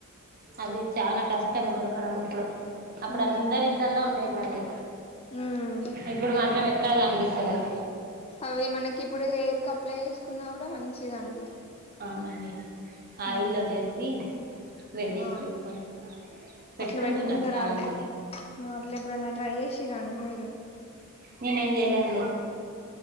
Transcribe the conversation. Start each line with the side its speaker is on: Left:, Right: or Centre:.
Right: అవి చానా కష్టం దొరకడం ఇప్పుడు అప్పుడు
Left: ఉమ్
Right: అందరి ఇండ్లల్లో ఉండేటువండి
Left: ఉమ్
Right: ఇప్పుడు మాత్రం ఎక్కడ కనిపిస్తలేవు
Left: అవి మనకి ఇప్పుడు హెయిర్క అప్లై చేసుకున్నా కూడా మంచిదండి
Right: అవునండి ఆయిల్లో
Left: ఉమ్
Right: చేసి వేడి
Left: ఆ
Right: చేసి పెట్టుకోండి పెట్టుకుంటున్నారు
Left: అట్లా పెట్టుకుంటారా
Right: చాలా
Left: అండి
Right: మంది
Left: అట్లా ఎప్పుడన్నా ట్రై చేసిరా అండి మీరు
Right: నేనేం జేయలేండి